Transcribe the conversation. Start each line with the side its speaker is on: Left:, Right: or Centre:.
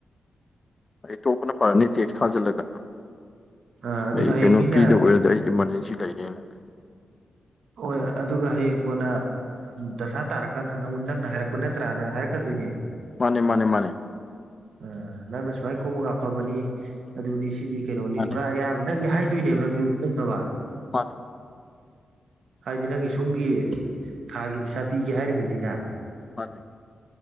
Left: ꯑꯩ ꯇꯣꯛꯄꯅ ꯐꯔꯅꯤ ꯇꯦꯛꯁ ꯊꯥꯖꯤꯜꯂꯒ
Right: ꯑ ꯑꯗꯨꯒ
Left: ꯑꯩꯒꯤ
Right: ꯍꯌꯦꯡ
Left: ꯅꯤꯄꯤꯗ
Right: ꯃꯤꯅ
Left: ꯑꯣꯏꯔꯗꯤ ꯑꯩ ꯏꯃꯥꯔꯖꯦꯟꯁꯤ ꯂꯩꯔꯦꯅ
Right: ꯍꯣꯏ ꯑꯗꯨꯒ ꯍꯌꯦꯡ ꯀꯣꯟꯅ ꯗꯁꯥ ꯇꯥꯔꯛꯀꯥꯟꯗꯅ ꯅꯪꯉꯣꯟ ꯅꯪꯅ ꯍꯥꯏꯔꯛꯄ ꯅꯠꯇ꯭ꯔꯥꯅ ꯍꯥꯏꯔꯛꯀꯗꯣꯏꯅꯦ
Left: ꯃꯥꯅꯦ ꯃꯥꯅꯦ ꯃꯥꯅꯦ
Right: ꯑ ꯅꯪꯅ ꯁꯨꯃꯥꯏꯅ ꯈꯣꯝꯃꯒ ꯐꯕꯅꯤ ꯑꯗꯨꯅꯤ ꯁꯤꯗꯤ ꯀꯩꯅꯣꯅꯤ
Left: ꯃꯥꯅꯦ
Right: ꯄꯨꯔꯥ ꯑꯌꯥꯕ ꯅꯪꯁꯨ ꯍꯥꯏꯗꯣꯏꯅꯦꯕ ꯅꯪꯁꯨ ꯈꯣꯝꯅꯕ
Left: ꯃꯥ
Right: ꯍꯥꯏꯗꯤ ꯅꯪꯒꯤ ꯁꯣꯝꯒꯤ ꯊꯥꯒꯤ ꯄꯩꯁꯥ ꯄꯤꯒꯦ ꯍꯥꯏꯔꯤꯕꯅꯤꯅ
Left: ꯃꯥꯅꯦ